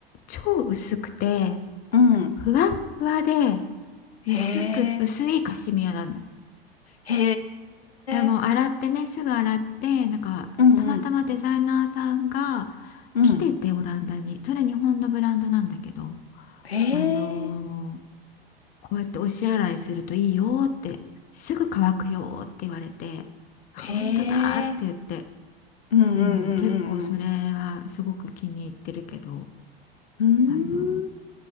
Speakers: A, on the left; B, on the left.
A: 超薄くて、
B: ん。うん。
A: ふわっふわで、
B: へえ。
A: 薄く、薄いカシミヤなの。
B: へ
A: でも、
B: え。
A: 洗ってね、すぐ洗って、なんか、
B: うんうん
A: たまたまデザイナーさんが
B: うん。
A: 来てて、オランダに。それ日本のブランドなんだけど、
B: へえ。
A: あのーこうやって押し洗いするといいよって、すぐ乾くよって言われて、あ、
B: へえ。
A: 本当だって言って。
B: うんうんうんうんうん。
A: うん、結構それはすごく気に入ってるけど、
B: うーん
A: あの、